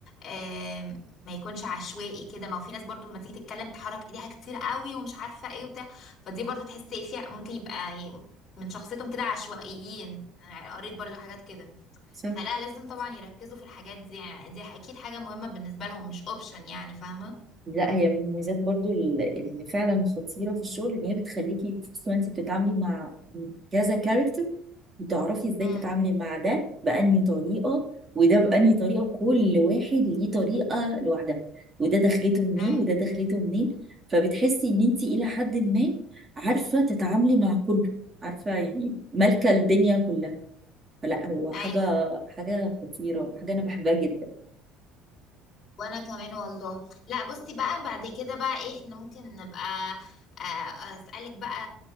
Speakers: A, on the left; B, on the right.
A: آم، ما يكونش عشوائي كده ما هو في ناس برضو لما تيجي تتكلم تحرك ايديها كتير قوي ومش عارفه ايه وبتاع فدي برضو تحسي فيها ممكن يبقى ي- من شخصيتهم كده عشوائيين انا قريت برضو حاجات كده
B: صح
A: فلا لازم طبعا يركزوا في الحاجات دي يعني دي اكيد حاجه مهمه بالنسبه لهم مش اوبشن يعني فاهمه
B: لا هي من المميزات برضو ال- اللي فعلا خطيرة في الشغل ان هي بتخليكي خصوصا انت بتتعاملي مع كذا كاركتر بتعرفي ازاي
A: امم
B: تتعاملي مع ده بأنهي طريقة وده بأنهي طريقة كل واحد ليه طريقة لوحدها وده دخلته منين
A: ايوه
B: وده دخلته منين فبتحسي ان انت الى حد ما عارفة تتعاملي مع كله عارفة يعني مالكة الدنيا كلها فلا هو
A: ايوه
B: حاجة حاجة خطيرة حاجة انا بحبها جدا
A: وانا كمان والله لا بصي بقى بعد كده بقى إيه، احنا ممكن نبقى آه، آه، اسالك بقى